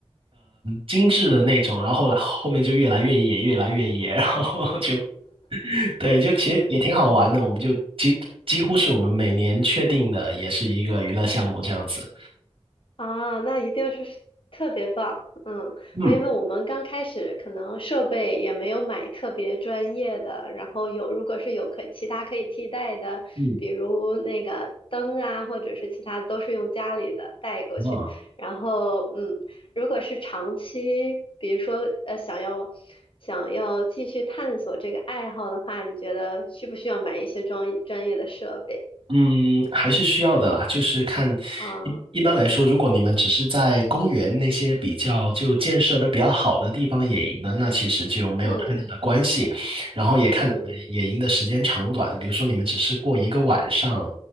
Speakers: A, on the right; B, on the left.
A: 精致的那种，然后后来后面就越来越野，越来越野，然后就对，就其实也挺好玩的，我们就几几乎是我们每年确定的，也是一个娱乐项目这样子。
B: 啊，那一定是特别棒，嗯，
A: 嗯
B: 因为我们刚开始可能设备也没有买特别专业的，然后有如果是有可其他可以替代的，
A: 嗯，
B: 比如那个灯啊，或者是其他都是用家里的带过去，
A: 嗯
B: 然后嗯，如果是长期，比如说呃想要想要继续探索这个爱好的话，你觉得需不需要买一些专专业的设备？
A: 嗯，还是需要的啦，就是看
B: 啊，
A: 一一般来说，如果你们只是在公园那些比较就建设的比较好的地方野营呢，那其实就没有太大的关系。
B: 嗯
A: 然后也看你们野营的时间长短，
B: 嗯
A: 比如说你们只是过一个晚上